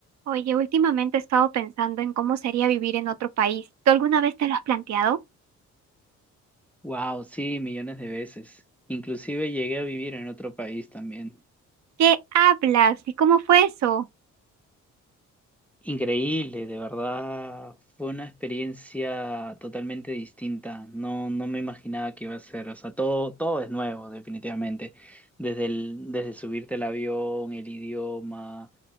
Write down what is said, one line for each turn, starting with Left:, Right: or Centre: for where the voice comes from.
Right: Oye, últimamente he estado pensando en cómo sería vivir en otro país. ¿Tú alguna vez te lo has planteado?
Centre: Wow, sí, millones de veces. Inclusive llegué a vivir en otro país también.
Right: ¿Qué hablas? ¿Y cómo fue eso?
Centre: Increíble, de verdad. Fue una experiencia totalmente distinta. No, no me imaginaba que iba a ser. O sea, todo, todo es nuevo, definitivamente. Desde el, desde subirte al avión, el idioma,